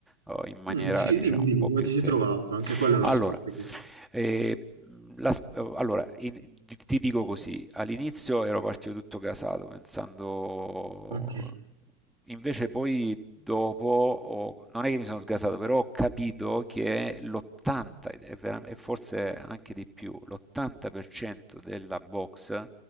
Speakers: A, in the centre; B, on the right.
A: eh, in maniera,
B: Mm, sì,
A: diciamo,
B: dimmi,
A: un
B: dimmi,
A: po'
B: come
A: più
B: ti
A: seria.
B: sei trovato? Anche quello è uno
A: Allora,
B: sport che...
A: e, la, allora, in- ti, ti dico così, all'inizio ero partito tutto casato, pensando,
B: Ok.
A: invece poi dopo, ho- non è che mi sono sgasato, però ho capito che l'80, e vera- e forse anche di più, l'80% della box